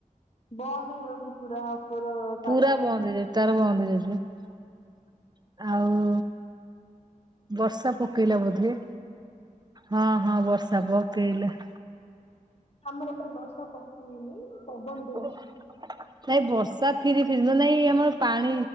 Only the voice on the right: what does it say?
ପୁରା ବନ୍ଦ ହେଇଯାଉଚି ତାର ବନ୍ଦ ହେଇଯାଇଚି ଆଉ ବର୍ଷା ପକେଇଲା ବୋଧେ ହଁ ହଁ ବର୍ଷା ପକେଇଲା।
<unintelligible> ନାଇଁ ବର୍ଷା ଫିରି ଫିରିିବ ନାଇଁ ଆମର ପାଣି